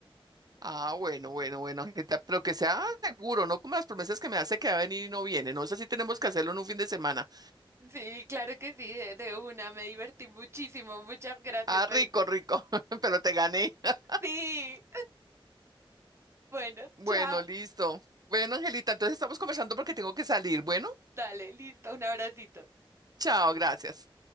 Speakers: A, on the right (about 45°); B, on the right (about 30°).
A: Ah, bueno, bueno, bueno, Angelita, pero que sea seguro, no como las promesas que me hace que va a venir y no viene. No sé si tenemos que hacerlo en un fin de semana.
B: Sí, claro que sí, de, de una. Me divertí muchísimo. Muchas gracias.
A: Ah,
B: me-
A: rico, rico, <laughs> pero te gané. <laughs>
B: Sí. Bueno,
A: Bueno,
B: chao.
A: listo. Bueno, Angelita, entonces estamos conversando porque tengo que salir. Bueno,
B: Dale, listo. Un abracito.
A: chao, gracias.